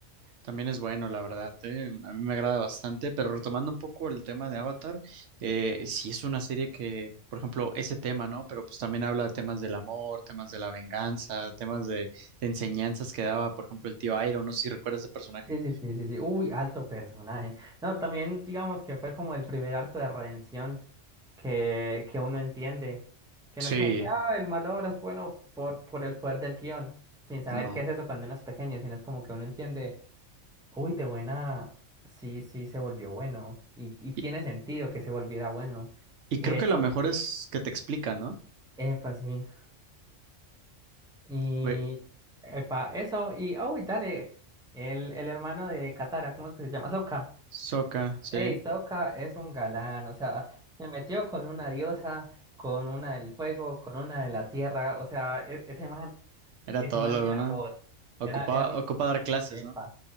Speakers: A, on the right; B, in the centre.
A: También es bueno, la verdad, ¿eh? A mí me agrada bastante, pero retomando un poco el tema de Avatar, eh, sí es una serie que, por ejemplo, ese tema, ¿no? Pero pues también habla de temas del amor, temas de la venganza, temas de, de enseñanzas que daba, por ejemplo, el tío Iroh, no sé si recuerdas ese personaje.
B: Sí, sí, sí, sí, sí. Uy, alto personaje. No, también digamos que fue como el primer arco de redención que, que uno entiende. Que
A: Sí,
B: no es como que, ah, el malo ahora es bueno por, por el poder del guión, sin saber
A: no.
B: qué es eso cuando uno es pequeño, sino es como que uno entiende, uy, de buena, sí, sí, se volvió bueno. Y, y tiene
A: Y,
B: sentido que se volviera bueno.
A: y
B: Y
A: creo
B: de
A: que
B: hecho,
A: lo mejor es que te explica, ¿no?
B: epa, sí. Y
A: Güey,
B: epa, eso, y oh, dale, el, el hermano de Katara, ¿cómo es que se llama? Sokka.
A: Sokka, sí,
B: Ey, Sokka es un galán, o sea, se metió con una diosa, con una del fuego, con una de la tierra, o sea, e- ese man,
A: era
B: ese
A: todo
B: man
A: lo
B: era
A: ¿no?
B: God,
A: Ocupaba,
B: era, era un,
A: ocupa dar clases,
B: epa,
A: ¿no?